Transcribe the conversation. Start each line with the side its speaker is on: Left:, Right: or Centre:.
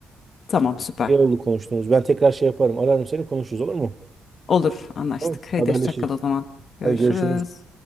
Left: Tamam, süper.
Right: İyi oldu konuştuğumuz. Ben tekrar şey yaparım, ararım seni konuşuruz olur mu?
Left: Olur, anlaştık.
Right: Tamam,
Left: Haydi
Right: haberleşiriz.
Left: hoşça kal o zaman. Görüşürüz.
Right: Hadi görüşürüz.